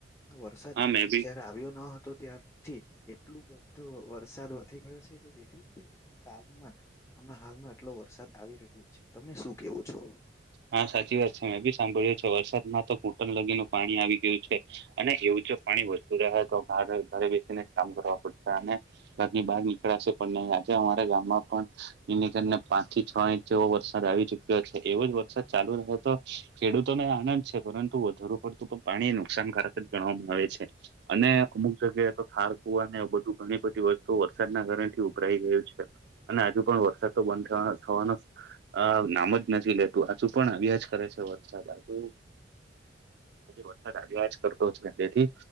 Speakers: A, on the left (about 15°); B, on the right (about 60°).
A: વરસાદ
B: હા મેં બી
A: જયારે આવ્યો ન હતો ત્યાર થી એટલો બધો વરસાદ વધી ગયો છે કે જેથી કરીને કાલમાં હમણાં હાલમાં આટલો વરસાદ આવી રહ્યો છે તમે શું કેવો છો
B: હા સાચી વાત છે મેં ભી સાંભળ્યું છે વરસાદમાં તો ઘુટણ લગીનું પાણી આવી ગયું છે અને એવું જો પાણી વધતું રહે તો ઘરે બેસીને જ કામ કરવા પડશે અને ઘર ની બહાર નીકળાશે પણ નહી આજે અમારા ગામમાં પણ એર ને પાંચ થી છ ઇંચ જેવો વરસાદ આવી ચુક્યો છે એવો જ વરસાદ ચાલુ રહે તો ખેડૂતોને આનંદ છે પરંતુ વધુ પડતું પણ પાણી નુકસાનકારક જ ગણવામાં આવે છે અને અમુક જગ્યાએ તો ખાડ અને બધું ઘણી બધી વસ્તુ વરસાદના કારણે થી ઉભરાઈ ગયું છે અને હજુ પણ વરસાદ તો બંધ થવાનો નામ જ નથી લેતો હજુ પણ આવ્યા જ કરે છે વરસાદજુ વરસાદ આજ્યાજ કરતો તેથી